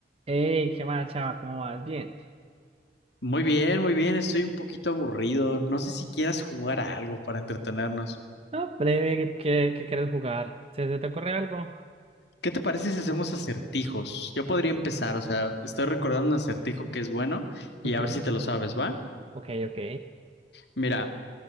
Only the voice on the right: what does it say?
Hey, qué mala chava, ¿cómo vas? Bien.
No, breve, ¿qué, qué quieres jugar? ¿Se, se te ocurre algo?
Ujú.
Ok, ok.